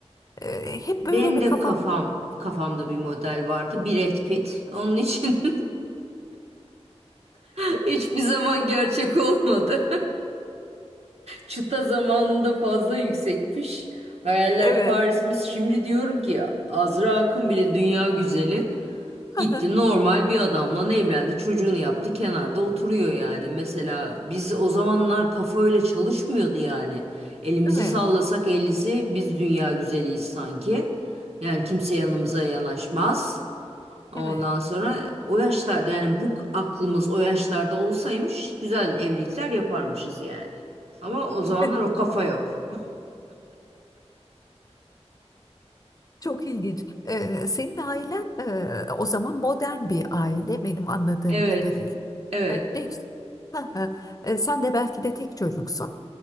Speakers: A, on the left (about 30°); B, on the right (about 65°).
A: E, hep
B: Benim
A: böyle bir
B: de
A: kafam.
B: kafam kafamda bir model vardı. Brad Pitt. Onun için <laughs> hiçbir zaman gerçek olmadı. Çıta zamanında fazla yüksekmiş. Hayaller
A: Evet.
B: Paris'miş. Şimdi diyorum ki Azra Akın bile dünya güzeli.
A: <laughs>
B: Gitti normal bir adamla evlendi. Çocuğunu yaptı. Kenarda oturuyor yani. Mesela biz o zamanlar kafa öyle çalışmıyordu yani. Elimizi
A: Değil mi?
B: sallasak ellisi biz dünya güzeliyiz sanki. Yani kimse yanımıza yanaşmaz. Ondan
A: Evet.
B: sonra o yaşlarda yani bu aklımız o yaşlarda olsaymış güzel evlilikler yaparmışız yani. Ama o zamanlar
A: <laughs>
B: o kafa yok. <laughs>
A: Çok ilginç. Ee, senin ailen e, o zaman modern bir aile benim anladığım
B: Evet.
A: kadarıyla.
B: Evet.
A: Ya, Ne, Ha, ha. E, sen de belki de tek çocuksun.